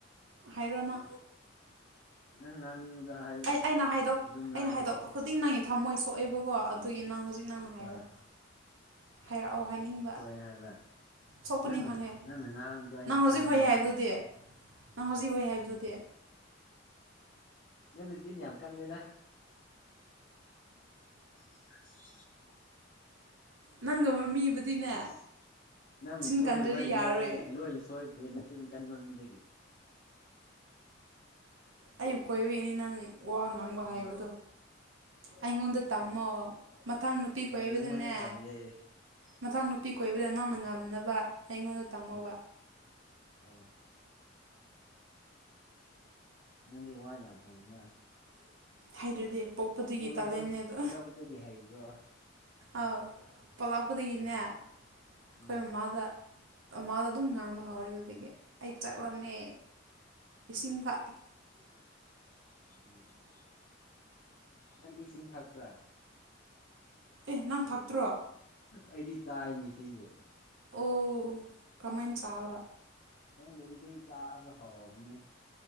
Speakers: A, on the right (about 75°); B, on the left (about 45°).
A: ꯍꯥꯏꯔꫭꯅꯥ
B: ꯅꯪ ꯉꯥꯡꯅꯤꯡꯕꯗꫭ ꯍꯥꯏꯌꯨ
A: ꯑꯩ ꯑꯩꯅ ꯍꯥꯏꯗꯣꯛ
B: ꯑꯗꯨꯝ ꯉꯥꯡꯕ
A: ꯑꯩꯅ ꯍꯥꯏꯗꯣꯛꯄ
B: ꯌꯥꯏ
A: ꯈꯨꯗꯤꯡ ꯅꯪꯒꯤ ꯊꯝꯃꯣꯏ ꯁꯣꯛꯑꯦꯕꯀꯣ ꯑꯗꯨ ꯑꯗꯨꯒꯤ ꯅꯪ ꯍꯧꯖꯤꯛ ꯅꯪꯅ ꯍꯥꯏꯔꯛꯑꯣ
B: ꯑꯥ
A: ꯍꯥꯏꯔꯛꯑꯣ ꯍꯥꯏꯅꯤꯡꯕꯥ
B: ꯒꯔꯤ ꯍꯥꯏꯕ꯭ꯔꯥ ꯑꯁ
A: ꯁꯣꯛꯄꯅꯤ
B: ꯅꯪꯅ
A: ꯈꯪꯉꯦ
B: ꯅꯪꯅ ꯉꯥꯡꯕꯗꯣ ꯑꯩꯅ
A: ꯅꯪ ꯍꯧꯖꯤꯛ
B: ꯇꯥꯅꯤꯡꯉꯤꯅꯦ
A: ꯍꫭꯏ ꯍꯥꯏꯕꯗꯨꯗꯤ ꯅꯪ ꯍꯧꯖꯤꯛ ꯍꫭꯏ ꯍꯥꯏꯕꯗꯨꯗꯤ
B: ꯅꯪ ꯅꯨꯆꯤꯟ ꯌꯥꯝ ꯀꯥꯟꯂꯤꯗ ꯑ <unintelligible>
A: ꯅꯪꯒꯨꯝꯕꯥ ꯃꯤꯕꯨꯗꯤꯅꯦ
B: ꯑꯁ ꯅꯪꯕꯨ
A: ꯆꯤꯟ
B: ꯀꯣꯏꯔꯨꯕꯩꯅ‌ꯦ
A: ꯀꯟꯗ꯭ꯔꯗꯤ ꯌꯥꯔꯣꯏ
B: ꯑꯩ ꯂꯣꯏꯅ ꯁꯣꯏꯈ꯭ꯔꯦ ꯅꯆꯤꯟ ꯀꯟꯃꯟꯕꯒꯤ
A: ꯑꯩꯕꯨ ꯀꯣꯏꯕꯩꯅꯤ ꯅꯪ ꯋꯥ ꯉꯥꯡꯕ
B: ꯎꯝ
A: ꯍꯥꯏꯕꯗꯣ ꯑꯩꯉꯣꯟꯗ ꯇꯝꯃꯣ ꯃꯊꯪ ꯅꯨꯄꯤ
B: ꯑꯧ
A: ꯀꯣꯏꯕꯗꯅꯦ
B: ꯅꯪꯉꯣꯟꯗ ꯇꯝꯒꯦ ꯑꯩ
A: ꯃꯊꯪ ꯅꯨꯄꯤ ꯀꯣꯏꯕꯗ ꯅꯪꯅꯥ ꯉꯝꯅꯕ ꯑꯩꯉꯣꯟꯗ ꯇꯝꯃ‌ꯦꯕꯥ
B: ꯎꯝ ꯑꯧ ꯅꯪꯗꯤ ꯋꯥ ꯌꯥꯝ ꯍꯩꯅ
A: ꯍꯩꯇ꯭ꯔꯗꯤ ꯄꯣꯛꯄꯗꯒꯤ
B: ꯄꯣꯛꯂꯛꯇ
A: ꯇꯥꯛꯂꯦꯅꯦ ꯑꯗꯣ
B: ꯄꯣꯛꯂꯛꯄꯗꯒꯤ ꯍꯩꯕ꯭ꯔꯣ
A: ꯑꯥꯎ ꯄꯣꯛꯂꯛꯄꯗꯒꯤꯅꯦ
B: ꯎꯝ
A: ꯑꯩꯈꯣꯏ
B: ꯎꯝ
A: ꯃꯃꯥꯗ ꯃꯃꯥꯗ ꯑꯗꯨꯝ ꯉꯥꯡꯕ ꯍꯧꯔꯦ ꯑꯗꯨꯗꯒꯤ ꯑꯩ ꯆꯥꯛ ꯂꯥꯝꯃꯦ ꯏꯁꯤꯡ ꯊꯥꯛ
B: ꯁꯤ <unintelligible> ꯎꯝ ꯅꯪꯗꯤ ꯏꯁꯤꯡ ꯊꯛꯄ꯭ꯔꯥ
A: ꯑꯦ ꯅꯪ ꯊꯛꯇ꯭ꯔꯣ
B: ꯑꯩꯗꯤ ꯆꯥꯏꯅꯤ ꯏꯁꯤꯡꯕꯨ
A: ꯑꯣ ꯀꯃꯥꯏꯅꯥ ꯆꯕꯥ
B: ꯀꯪꯗ‌ꯦ ꯏꯁꯤꯡ ꯆꯕꯥ ꯍꯧꯔꯥꯕꯅ‌ꯦ